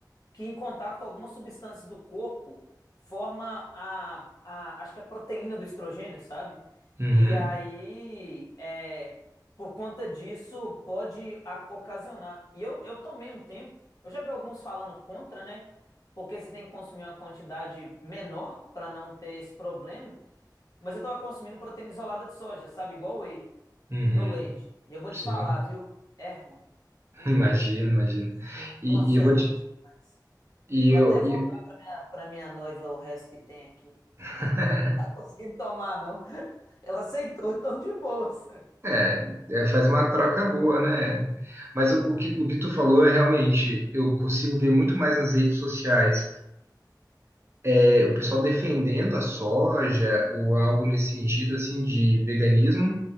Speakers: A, on the left; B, on the right.
A: que em contato com algumas substâncias do corpo forma a, a acho que a proteína do estrogênio, sabe?
B: uhum,
A: E aí, é, por conta disso, pode a- ocasionar. E eu, eu tomei um tempo, eu já vi alguns falando contra, né? Porque você tem que consumir uma quantidade menor para não ter esse problema. Mas eu tava consumindo proteína isolada de soja, sabe? Igual whey,
B: uhum.
A: no leite. E eu vou te
B: Sim,
A: falar, viu? É ruim.
B: <laughs>
A: Putz,
B: imagino, imagino.
A: nossa,
B: E, e eu vou
A: é ruim
B: te.
A: demais.
B: E
A: Eu
B: eu,
A: até vou
B: e-
A: dar para minha, pra minha noiva o resto que tem aqui. <laughs>
B: <laughs>
A: Não tá conseguindo tomar, não. Ela aceitou, então de boas.
B: É, é, faz uma troca boa, né? Mas o, o que, o que tu falou é realmente, eu consigo ver muito mais nas redes sociais é, o pessoal defendendo a soja ou algo nesse sentido assim de veganismo